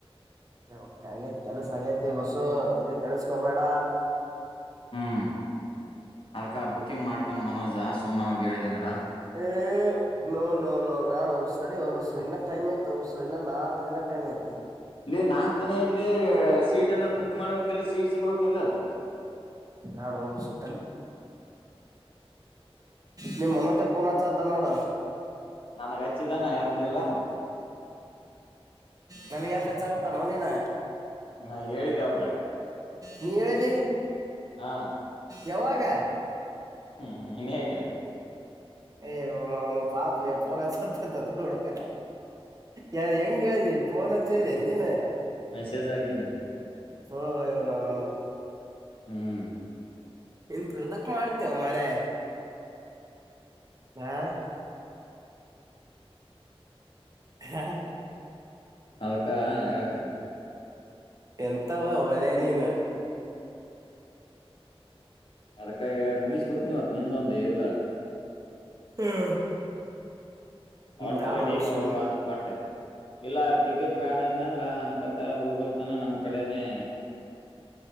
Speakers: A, on the right; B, on the left.
A: ಓಕೆ ಆಗೇತಿ ಕೆಲಸ ಆಗೈತಿ ಬಸು ತಲಿ ಕೆೇಳಸ್ಕೋಬೇಡ
B: ಹ್ಮ್ ಅಲ್ಕ ಬುಕ್ಕಿಂಗ್ ಮಾಡ್ತನ್ ಮನೋಜ. ತುಮ್ಮ ಅವಾಗ ಹೇಳಿದೆ ಅಂದ್ರ.
A: ಏ ನೋ ನೋ ನೋ ಬ್ಯಾಳ್ ಹಬಸ್ಸ ಅಡ ಹಬ್ಬಸ್ಸು ಇನ್ನ ಟೈಮ್ ಐತಿ ಹೋಗಬಸು ಇನ್ನ ನಾಲ್ಕ ದಿನ ಟೈಮ್ ಐತಿ.
B: ಇಲ್ಲಿ ನಾಲ್ಕ್ ದಿನಲ್ಲಿ ಸೀಟನ್ನ ಬುಕ್ ಮಾಡ್ಬೇಕಲ್ಲ ಸೀಟ್ ಸಿಗ್ಬೇಕಲ್ಲ.
A: ಬ್ಯಾಡೋ ಬಸ್ಸು ನಿ ಮನೋಜ ಪೋ. ಕನ್ನಡ.
B: ನನಗ್ ಹಚ್ಚಿದಾನ ಎತ್ಲಿಲ್ಲ.
A: ನನ್ಗ್ ಯಾಕೆಚ್ಚಾಗತ್ತ ನೋಡು ನೀನ
B: ನಾ ಹೇಳಿದೆ ಅವಾಗ.
A: ನೀ ಹೇಳದಿ.
B: ಹಾ.
A: ಯಾವಾಗ.
B: ಹ್ಮ್ ಇನ್ ಹೇಗೆ.
A: ಏ್ನ ಒನು ಪಾಪ್ಲಾ ಪನ ಸತ್ತದಡುಗ. ಯ ಹೆಂಗ. ಕಿ ಪನ ಚೇದ ಎನ್ಿನ.
B: ಮೆಸೇಜ್ ಆಾಕಿನಿ.
A: ಸವಯೋ ನಾನು.
B: ಹ್ಮ್.
A: ಎಂತ ಇದದಕ್ ಮಾಡ್ತೇವ ಮ ತೇ. ಹಾ. ಹ.
B: ಅದಕ್ಕ ಹೇಳಕತಿನ್.
A: ಎಂತಾವ ಮರನಿನ.
B: ಅದಕ್ಕ ಮುವಿಸಸ್ ಬಿಡ್ತನವತ್ ನಿ ಒಂದು ಎಲ್ಲಾ.
A: ಹ್ಮ್.
B: ಒಟ್ಟ
A: ಬ್ಯಾಡ
B: ರೆಡಿ
A: ಹೋಸು
B: ನೋಡಪ್ಪಾ ಒಟ್ಟ. ಇಲ್ಲ ಟಿಕೆಟ್ ಬ್ಯಾಡ ಅಜ ಅಂದ್ರ ಅ. ಕಕತ ಹೋಗಲ್ತಾನ ನಮ್ ಕಡೆನೆೇ.